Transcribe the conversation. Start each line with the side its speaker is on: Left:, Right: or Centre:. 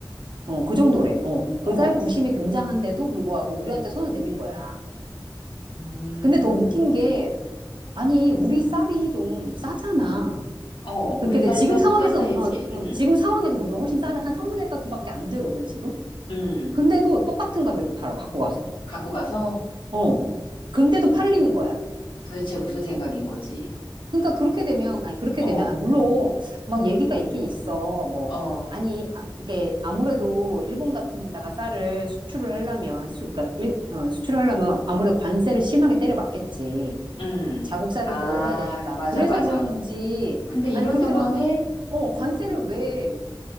Right: 어, 그 정도래. 어,
Left: 어,
Right: 그 쌀 부심이 굉장한데도 불구하고 우리한테 손을 내민 거야.
Left: 음,
Right: 근데 더 웃긴 게, 아니, 우리 쌀이 좀 싸잖아.
Left: 어, 우린
Right: 그렇게 돼.
Left: 쌀이
Right: 지금
Left: 쌀,
Right: 상황에서,
Left: 싼 편이지,
Right: 어,
Left: 음,
Right: 어, 지금 상황에서 우리가 훨씬 싸다. 한 3분의 1 값밖에 안 되거든, 지금.
Left: 음.
Right: 근데도 똑같은 가격에 팔아, 갖고 가서.
Left: 갖고 가서
Right: 어. 근데도 팔리는 거야.
Left: 도대체 무슨 생각인 거지?
Right: 그러니까 그렇게 되면, 아니, 그렇게
Left: 어,
Right: 되면, 아, 물론, 막 얘기가 있긴 있어. 뭐,
Left: 어,
Right: 아니, 아, 이게 아무래도 일본 같은 데다가 쌀을 수출을 하려면, 아니, 수, 그러니까 일, 어, 수출을 하려면 아무래도 관세를 심하게 때려 맞겠지.
Left: 음.
Right: 자국 쌀을
Left: 아,
Right: 보호해야 되니까.
Left: 맞아,
Right: 그래서
Left: 맞아.
Right: 그런 건지,
Left: 근데 이런
Right: 아니, 그렇게
Left: 상황에
Right: 되면, 어, 관세를 왜